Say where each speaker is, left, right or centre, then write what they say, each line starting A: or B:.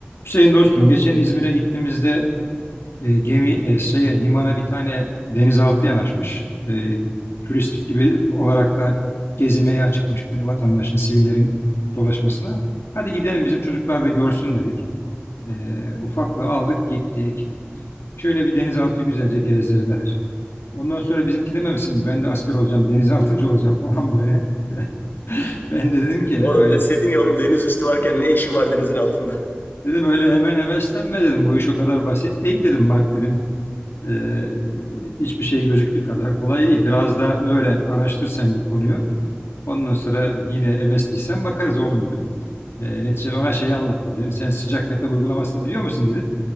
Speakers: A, on the left (about 80°); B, on the left (about 55°).
A: Hüseyin dostum, geçen İzmir'e gittiğimizde e, gemi e, şeye, limana bir tane denizaltı yanaşmış. E, turistik gibi olarak da gezmeye açıkmış böyle vatandaşın, sivillerin dolaşmasına. Hadi gidelim bizim çocuklar da görsün dedik. E, ufaklığı aldık gittik. Şöyle bir denizaltı güzelce gezdirdiler. Ondan sonra bizimki dememişsin mi? Ben de asker olacağım, denizaltıcı olacağım falan böyle. <laughs> Ben de dedim ki
B: Oğlum
A: öyle.
B: deseydin ya oğlum deniz üstü varken ne işin var denizin altında?
A: Dedim öyle hemen heveslenme dedim. Bu iş o kadar basit değil dedim. Bak dedim Ee, hiçbir şey gözüktüğü kadar kolay değil. Biraz daha öğren, araştır sen bu konuyu. Ondan sonra yine MS'liysen bakarız oğlum dedim. Ee, neticede ona şeyi anlattım. Dedim sen sıcak yatak uygulamasını biliyor musun dedim.